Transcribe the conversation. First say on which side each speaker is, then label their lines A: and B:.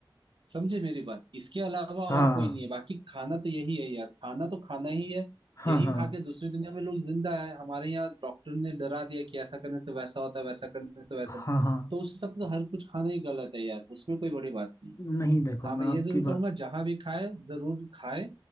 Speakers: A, on the right; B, on the left.
A: समझे मेरी बात इसके अलावा
B: हाँ
A: और कोई नहीं है बाकी खाना तो यही है यार खाना तो खाना ही है
B: हाँ
A: यही
B: हाँ
A: खा के दूसरी दुनिया में लोग जिंदा है हमारे यहाँ डॉक्टर ने डरा दिया कि ऐसा करने से वैसा होता है वैसा करने से वैसा
B: हाँ हाँ
A: तो उस हिसाब से तो हर कुछ खाना ही गलत है यार उसमें कोई बड़ी बात नहीं
B: नहीं देखो
A: हाँ
B: मैं
A: मैं
B: आपकी
A: ये जरूर
B: बात
A: कहूंगा जहां भी खाए जरूर खाए